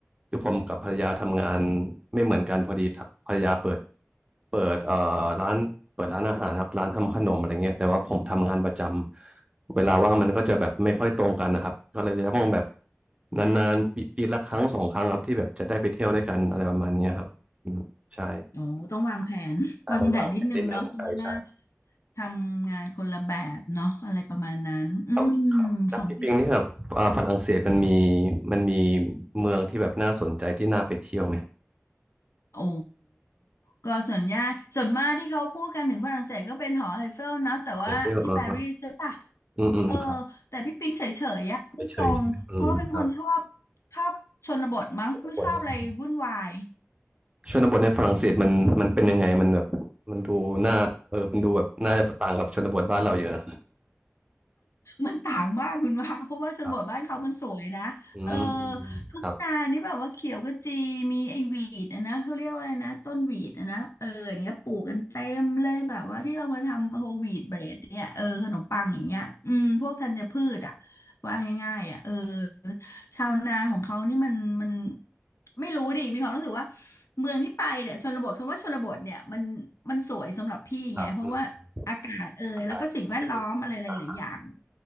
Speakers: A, on the right (about 25°); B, on the left (about 80°).
A: คือผมกับภรรยาทำงานไม่เหมือนกันพอดีทำภรรยาเปิดเปิดเอ่อร้านเปิดร้านอาหารครับร้านทำขนมอะไรเงี้ยแต่ว่าผมทำงานประจำเวลาว่างมันก็จะแบบไม่ค่อยตรงกันนะครับก็เลยจะต้องแบบนานๆปีปีละครั้งสองครั้งครับที่แบบจะได้ไปเที่ยวด้วยกันอะไรประมาณเนี้ยครับอืมใช่
B: โอ้ต้องวางแผน <laughs>
A: น่าต้องวางแผนนิดนึงใช่ใช่
B: วางแผนนิดนึงเนาะเพราะว่าทำงานคนละแบบเนาะอะไรประมาณนั้นอืมของพี่
A: ครับครับแล้วพี่ปิงนี่แบบอ่าฝรั่งเศสมันมีมันมีเมืองที่แบบน่าสนใจที่น่าไปเที่ยวไหม
B: โอ้ก็ส่วนยากส่วนมากที่เขาพูดกันถึงฝรั่งเศสก็เป็นหอไอเฟลนะแต่ว่าที่ปารีสใช่ปะ
A: ไอเฟลเออครับอืมอืมครับ
B: เออแต่พี่ปิงเฉยๆอะพูดตรงเพราะว่าเป็นคนชอบ
A: ไปเฉยๆใช่ไหมอืมครับ
B: ชอบชนบทมั้งไม่ชอบอะไรวุ่นวาย
A: ชนบทชนบทในฝรั่งเศสมันมันเป็นยังไงมันแบบมันดูน่าเออมันดูแบบน่าจะต่างกับชนบทบ้านเราเยอะนะ
B: มันต่างมากคุณว่าเพราะว่าชนบทบ้านเขามันสวยนะเออ
A: ครับอืมอืมอืมครับ
B: ทุ่งนานี่แบบว่าเขียวขจีมีไอ้หวีดอะนะเขาเรียกว่าอะไรนะต้นหวีดอะนะเอออย่างเนี้ยปลูกกันเต็มเลยแบบว่าที่เรามาทำโฮลวีดเบรดเนี่ยเออขนมปังอย่างเงี้ยอืมพวกธัญพืชอ่ะว่าง่ายๆอ่ะเออชาวนาของเขานี่มันมันไม่รู้ดิมีความรู้สึกว่าเมืองที่ไปเนี่ยชนบทคำว่าชนบทเนี่ยมันมันสวยสำหรับพี่ไงเพราะว่าอากาศเอยแล้วก็สิ่งแวดล้อมอะไรหลายๆอย่าง
A: ครับอืมอากาศใช่ไหมอ่า